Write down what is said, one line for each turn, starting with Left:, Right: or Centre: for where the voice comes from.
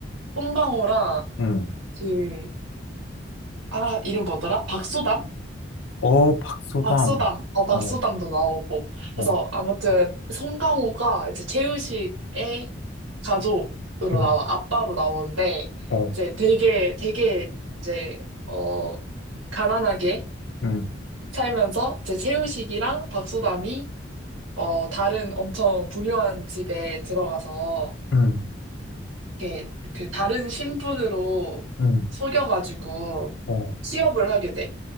Right: 송강호랑
Left: 음.
Right: 그, 아, 이름 뭐더라? 박소담?
Left: 어, 박소담.
Right: 박소담, 어, 박소담도
Left: 어,
Right: 나오고.
Left: 어,
Right: 그래서 아무튼 송강호가 이제 최우식의 가족으로
Left: 음,
Right: 나와, 아빠로 나오는데,
Left: 어,
Right: 이제 되게, 되게, 이제, 어, 가난하게,
Left: 음,
Right: 살면서 제 채우식이랑 박소담이 어 다른 엄청 부유한 집에 들어가서
Left: 음,
Right: 이렇게 그 다른 신분으로
Left: 음,
Right: 속여가지고
Left: 어.
Right: 취업을 하게 돼.